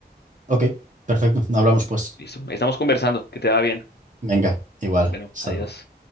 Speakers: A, on the right; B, on the left.
A: ok, perfecto, hablamos pues.
B: Listo, ahí estamos conversando, que te va bien.
A: Venga, igual.
B: Bueno,
A: Hasta
B: adiós.
A: luego.